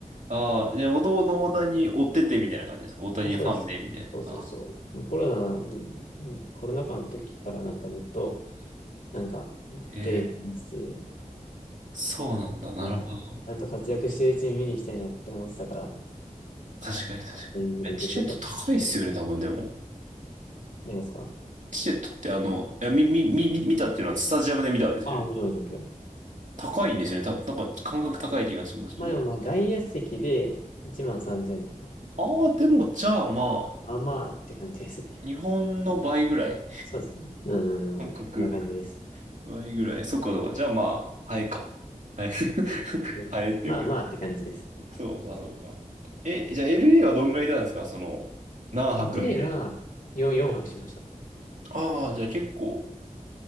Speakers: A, on the right (about 60°); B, on the left (about 70°).
A: ああ、じゃあもともと大谷追っててみたいな感じですか大谷ファンでみたいな。
B: あ、そうです。そうそうそう。
A: あ、
B: コロナ、んコロナ禍の時からなんかずっと、なんか、
A: ええ、
B: テレビ見てて、
A: そうなんだ。なるほど。
B: なんか、ちゃんと活躍してるうちに見に行きたいなって思ってたから、
A: 確かに確かに。
B: タイミングで行けてよかったなっていう。
A: え、チケット高いっすよね、多分でも。
B: 何ですか
A: チケットってあの、いや、み、み、み、み見たっていうのはスタジアムで見たんですよね。
B: あ、もちろんもちろんもちろん。
A: 高いんですよね。た、なんか感覚高い気がしますけど。
B: まあでも、まあ外野席で1万3000とか。
A: ああ、でもじゃあま
B: まあまあって感じですね。
A: あ、日本の倍ぐらい。
B: そうですね。うんうんうん。
A: 感覚。
B: そんな感じです。
A: 倍ぐらい。そっか、そっか。じゃあまあ、ハエか。ハエ。<laughs>
B: うんまあまあって感じです。
A: ハエっていうか。そうか、そうか。え、じゃあ LA はどんぐらいいたんですかその、何泊みたい
B: LA は4、4泊しました。
A: な。ああ、じゃあ結構、